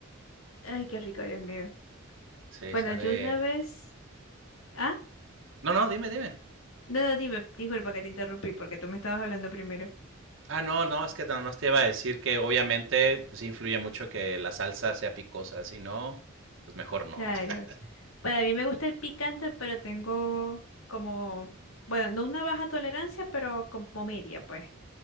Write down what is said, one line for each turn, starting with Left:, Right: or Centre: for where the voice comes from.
Left: Ay, qué rico, Dios mío.
Right: Sí,
Left: Bueno,
Right: sale...
Left: yo una vez. Ah,
Right: No, no, dime, dime.
Left: no, no, dime, disculpa que te interrumpí porque tú me estabas hablando primero.
Right: Ah, no, no, es que nada más te iba a decir que obviamente pues influye mucho que la salsa sea picosa, si no, pues mejor no.
Left: Claro.
Right: <laughs>
Left: Para mí me gusta el picante, pero tengo como. Bueno, no una baja tolerancia, pero como media, pues.